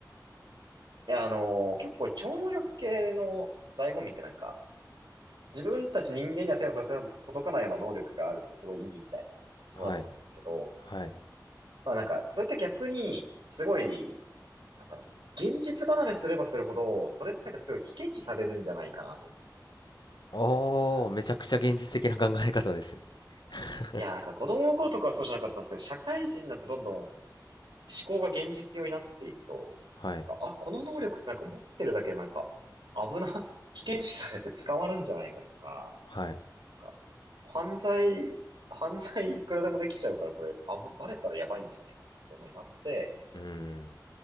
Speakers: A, on the right; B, on the left.
A: いや、あのー結構超能力系の醍醐味ってなんか、自分たち人間には手の届か届かないような能力があるとすごいいいみたいなものだと思うんですけど、
B: はい、はい。
A: まあなんか、それって逆に、すごいなんだろう、現実離れすればするほど、それってなんかすごい危険視されるんじゃないかなと思って。
B: おー、
A: あの、
B: めちゃくちゃ現実的な考え方ですね。<laughs>
A: いや、なんか子供の頃とかはそうじゃなかったんですけど、社会人になってどんどん思考が現実用になっていくと、
B: はい、
A: なんか、あ、この能力ってなんか持ってるだけでなんか、危な、<laughs> 危険視されて捕まるんじゃないかとか、
B: はい。
A: なんか犯罪、犯罪いくらでもできちゃうから、これ、あぶ、バレたらやばいんじゃないかって思いになって、
B: うーん、